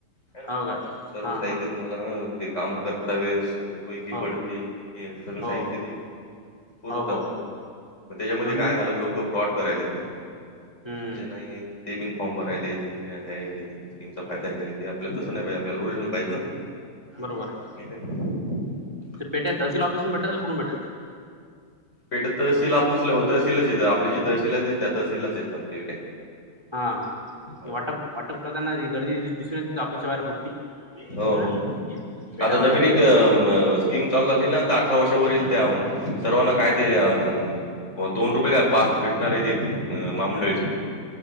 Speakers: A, on the left; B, on the right.
A: ह ना
B: हा हो का
A: सर्व
B: हा
A: साहित्य
B: हा हा
A: तुम्हाला ह ते काम करता वेळेस उपयोगी
B: हो
A: पडते हे सगळं
B: हो
A: साहित्य ते भरपूर
B: हो
A: होतात
B: हो
A: मग त्याच्यामध्ये
B: नोंदणी
A: काय झालं लोक फ्रॉड करालेत ना
B: हम्म
A: जे नाहीत ते बिन फॉर्म भरालेत ते आहे ते स्कीमचा
B: हम्म
A: फायदा घ्याल्यात ते आपल्याला तसं नाही पाहिजे आपल्याला ओरिजनल पाहिजे ना
B: बरोबर आहे
A: नाही का
B: तेे पेट्या तहसील
A: हम्म.
B: ऑफिस मधून भेटतात का कुठून भेटतात
A: पेट्या तहसील आपुसलं हो तहशीलाच येतात आपली जी तहसील आहे त्या तहसीलाच येतात पेट्या
B: हा वाटप
A: हो
B: वाटप करताना गर्दी दिसून येत ऑफिस च्या बाहेर बुट्टी मी
A: हो
B: काल
A: हो
B: पेट्या
A: आता <unintelligible> स्कीम चालू झाली ना आता अठरा वर्षावरील त्या सर्वांना काय ते हो दोन रुपये का पाच भेटणार आहे ते एक महामंडळाची